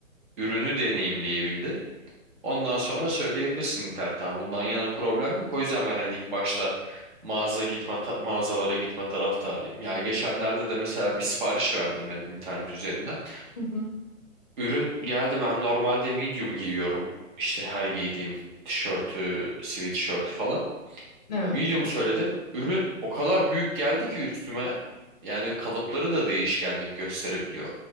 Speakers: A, on the right; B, on the left.
A: ürünü deneyimleyebildin. Ondan sonra söyleyebilirsin internetten. "Tamam, Bundan yana bir problem yok. O yüzden ben hani ilk başta mağaza gitme ta- mağazalara gitme taraftarıyım. Ya geçenlerde de mesela bir sipariş verdim ben internet üzerinden.
B: Hı hı.
A: Ürün geldi ben normalde medium giyiyorum. İşte her giydiğim tişörtü, sweatshirt falan.
B: Evet.
A: Medium söyledim. Ürün o kadar büyük geldi ki üstüme. Yani kalıpları da değişkenlik gösterebiliyor.